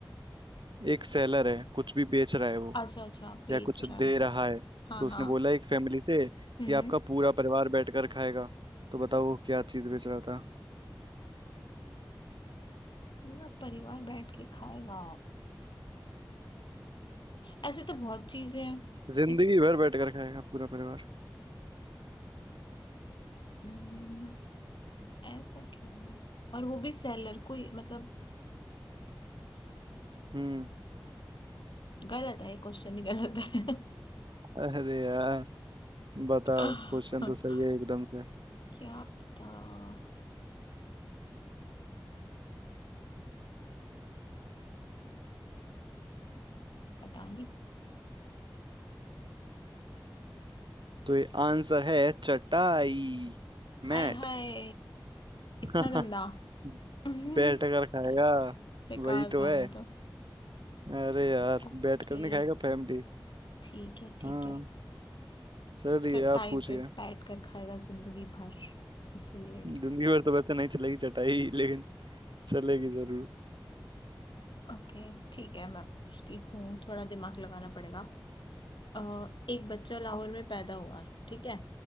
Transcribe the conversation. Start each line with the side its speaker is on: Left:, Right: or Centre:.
Right: एक सेलर है कुछ भी बेच रहा है वो
Left: अच्छा अच्छा बेच
Right: या कुछ दे
Left: रहा है
Right: रहा है
Left: हाँ
Right: तो उसने
Left: हाँ
Right: बोला एक फैमिली से कि
Left: हम्म
Right: आपका पूरा परिवार बैठकर खाएगा तो बताओ वो क्या चीज बेच रहा था
Left: पूरा परिवार बैठ के खाएगा ऐसे तो बहुत चीजें हैं
Right: जिंदगी
Left: इत-
Right: भर बैठकर खाएगा पूरा परिवार
Left: हम्म, ऐसा क्या है और वो भी सेलर कोई मतलब
Right: हम्म
Left: गलत है ये क्वेश्चन ही गलत है
Right: अरे यार बताओ
Left: <laughs>
Right: क्वेश्चन तो सही है एकदम से
Left: क्या पता हम्म, पता नहीं
Right: तो ये आंसर है चटाई
Left: आय
Right: मैट
Left: हाय
Right: <laughs>
Left: इतना गंदा <laughs>
Right: बैठ कर खाएगा
Left: बेकार
Right: वही तो
Left: था
Right: है
Left: ये तो
Right: अरे यार
Left: ओके
Right: बैठ कर नहीं खाएगा फैमिली
Left: ठीक है ठीक
Right: हाँ
Left: है
Right: चलिए
Left: चटाई
Right: आप पूछिए
Left: पे बैठ कर खाएगा जिंदगी भर इसलिए
Right: जिंदगी भर तो वैसे नहीं चलेगी चटाई <laughs> लेकिन चलेगी जरूर
Left: ओके ठीक है मैं पूछती हूँ थोड़ा दिमाग लगाना पड़ेगा अ, एक बच्चा लाहौर में पैदा हुआ ठीक है